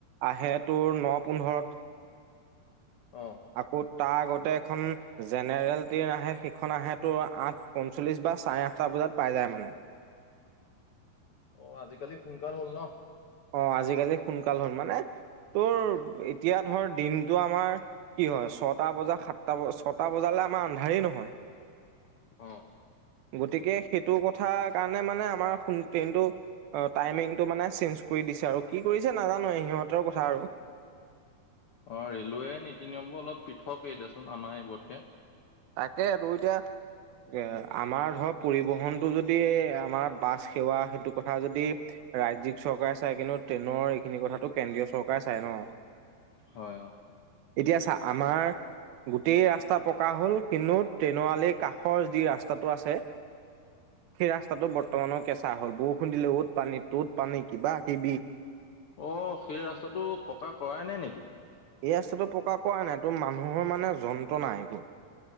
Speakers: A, on the right; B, on the left.
A: আহে তোৰ ন পোন্ধৰত।
B: অ
A: আকৌ তাৰ আগতে এখন জেনেৰেল ট্ৰেইন আহে, সেইখন আহে তোৰ আঠ পঞ্চল্লিশ বা চাৰে আঠটা বজাত পাই যায় মানে।
B: অ আজিকালি সোনকাল হ'ল ন?
A: অ আজিকালি সোনকাল হ'ল, মানে তোৰ এতিয়া ধৰ দিনটো আমাৰ কি হয় ছটা বজা সাতটা বজা ছটা বজালে আমাৰ আন্ধাৰেই নহয়।
B: অঁ।
A: গতিকে সেইটো কথা কাৰণে মানে আমাৰ সোন কিন্তু অ টাইমিংটো মানে চেঞ্জ কৰি দিছে আৰু, কি কৰিছে নাজানোৱেই সিহঁতৰ কথা আৰু।
B: অ ৰেলৱে নীতি নিয়মবোৰ অলপ পৃথকেই দেচোন আমাৰ এইবোৰতকে।
A: তাকে তোৰ এতিয়া এ আমাৰ ধৰক পৰিবহণটো যদি আমাৰ বাছ সেৱা সেইটো কথা যদি ৰাজ্যিক চৰকাৰে চাই কিন্তু ট্ৰেনৰ এইখিনি কথাটো কেন্দ্ৰীয় চৰকাৰে চাই ন
B: হয় অ
A: এতিয়া চা আমাৰ গোটেই ৰাস্তা পকা হ'ল কিন্তু ট্ৰেনৰ আলীৰ কাষৰ যি ৰাস্তাটো আছে সেই ৰাস্তাটো বৰ্তমানৰ কেঁচা হ'ল বৰষুণ দিলে অত পানী ত'ত পানী কিবা কিবি
B: অ সেই ৰাস্তাটো পকা কৰাই নাই নেকি
A: এই ৰাস্তাটো পকা কৰা নাই তো মানুহৰ মানে যন্ত্ৰণা এইবোৰ